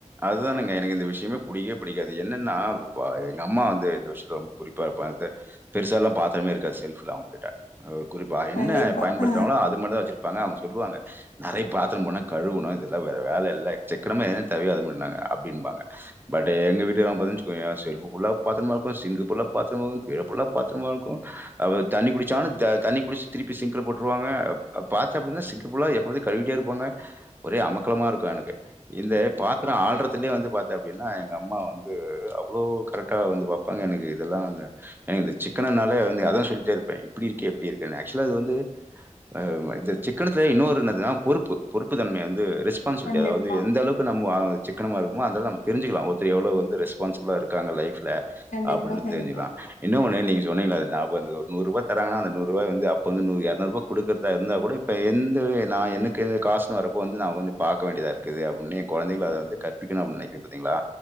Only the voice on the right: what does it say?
அதுதானுங்க எனக்கு இந்த விஷ்யமே புடிக்கே புடிக்காது என்னனா இப்ப எங்க அம்மா வந்து இந்த விஷ்யத்துல ரொம்ப குறிப்பா இருப்பாங்க இத பெருசா எல்லா பாத்திரமே இருக்காது செல்ஃப்ல அவுங்கிட்ட அ குறிப்பா என்ன
பயன்படுத்துவாங்ளோ
அது மட்டுந்தா வெச்சிரு ப்பாங்க அவுங்க சொல்லுவங்க நெறயா பாத்திரம் போனா கழுவணு இதெல்லா வேற வேல இல்ல சிக்கனமா ஏன் தேவயோ அப்டின்பாங்க பட் எங்க வீட்டுகாரம்மா பாத்தியா வெச்சுக்கோயே செல்ஃப் ஃபுல்லா பாத்திரமா இருக்கு சிங்க் ஃபுல்லா பாத்திரமா இருக்கு <unintelligible> பாத்திரமா இருக்கு அவ தண்ணி குடிச்சானு த தண்ணி குடிச்சு திருப்பி சிங்குல போட்டுருவாங்க பாத்தா அப்டினா சிங்க் ஃபுல்லா எப்போது கழுவிட்டே இருப்பாங்க ஒரே அமக கலமா இருக்கு எனக்கு இந்த பாத்திரோ ஆள்றதிலே வந்து பா அப்டினா எங்க அம்மா வந்து அவ்ளோ கரெக்டா வந்து பாப்பாங்க எனக்கு இதெல்லா இந்த எனக்கு இந்த சிக்கனனாலே வந்து அதா சொல்லிட்டே இருப்பே இப்டி இருக்கே இப்டி இருக்கேன்னு ஆக்சுவலா அது வந்து அ இது சிக்கனத்துல இன்னொரு என்னதுனா பொறுப்பு பொறுப்பு தன்மய வந்து ரெஸ்பான்சிபிலிட்டி
அதாது எந்த அளவு க்கு இப்ப நம்மோ சிக்கனமா இருக்கும்போது அதால நம்ம தெரிஞ்சிக்கலா ஒருத்தங்க எவ்ளோ வந்து ரெஸ்பான்சிபிளா இருக்காங்க லைஃப்ல
அப்டின்னு
தெரிஞ்சுகலா என்ன ஒன்னு நீங்க சொன்னீங்ளே அது நியாபோ வந்தது ஒரு நூறு ரூபா தராங்கனா அந்த நூறு ரூபா வந்து அப்ப வந்து நூ இரநூறு ரூபா கொடுக்கறதா இருந்தா கூட இப்ப எந்த நா எனக்கு காசுன்னு வரப்போ வந்து நா வந்து பாக்க வேண்டிதா இருக்குது அப்டின்னு என் குழந்தைகள அத வந்து கற்பிக்கணு அப்டின்னு நெனக்கிறீங்க பாத்தீங்ளா